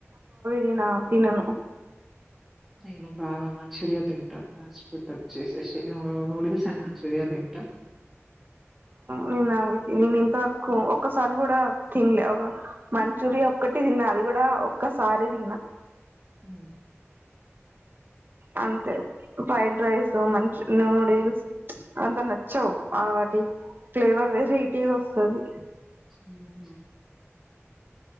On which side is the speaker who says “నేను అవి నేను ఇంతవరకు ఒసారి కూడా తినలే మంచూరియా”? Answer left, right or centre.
Right